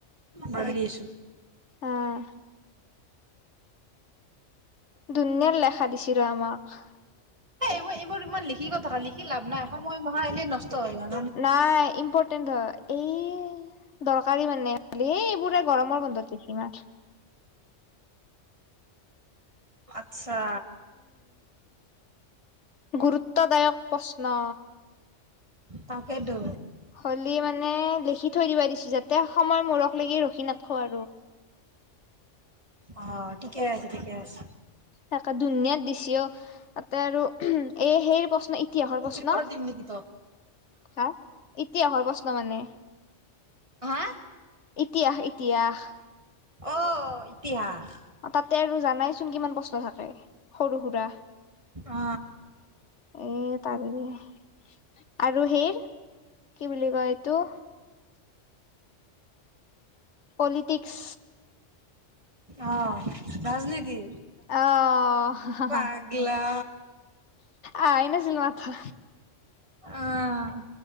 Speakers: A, on the right (about 25°); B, on the left (about 70°).
A: বাগৰি আছো।
B: উম ধুনিয়াৰ লেখা দিছিল ৰ আমাক
A: এ এইবোৰ এইবোৰ ইমান লিখি কথা লিখি লাভ নাই সময় মা এনেই নষ্ট হৈ যা
B: নাই ইম্পৰ্টেণ্ট ধৰ, এই দৰকাৰী মানে হলে এই এইবোৰ গৰমৰ বন্ধত গৈছি না।
A: আচ্ছা।
B: গুৰুত্বদায়ক প্ৰশ্ন।
A: তাকেটো
B: হ'লি মানে লিখি থৈ দিছি যাতে সময় মূৰক লাগি ৰখি নাথখো।
A: অ ঠিকে আছে ঠিকে আছে।
B: তাকে টো ধুনীয়াৰ দিশেও। তাতে আৰু এই সেই ইতিহাস প্ৰশ্ন।
A: ত্ৰিপুৰা দিম নেকি তক?
B: হা ইতিহাসৰ প্ৰশ্ন মানে।
A: হা?
B: ইতিয়াহ ইতিয়াহ।
A: অ ইতিহাস
B: অ তাতে আৰু জানাইচোন কিমান প্ৰশ্ন থাকে সৰু সুৰা।
A: অ
B: এ তাৰ মানে আৰু সে কি বুলি কয় এইটো। পলিটিক্স।
A: অ ৰাজনীতি।
B: অ আহ
A: পাগলা
B: আহ নাছিল মাথা।
A: অ।